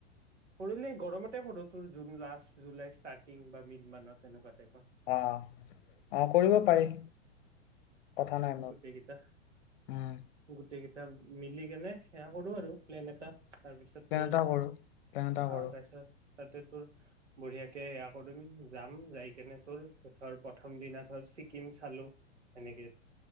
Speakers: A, on the right; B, on the left.
A: কৰিলে গৰমতে কৰো তোৰ জুন লাষ্ট জুলাই ষ্টাৰ্টিং বা মিড মানত এনেকুৱা টাইপ।
B: অ', অ' কৰিব পাৰি। কথা নাই মোৰ
A: গোটেইকেইটা
B: উম
A: গোটেই ত মিলি কেনে সে সো আৰু প্লেন এটা তাৰপিছত
B: প্লেন
A: তোৰ
B: এটা কৰো প্লেন এটা
A: অ',
B: কৰো
A: তাৰপিছত তাতে তোৰ বঢ়িয়াকে এয়া কৰিম যাম যাই কেনে ত ধৰ প্ৰথম দিনা ধৰ ছিকিম চালো সেনেকে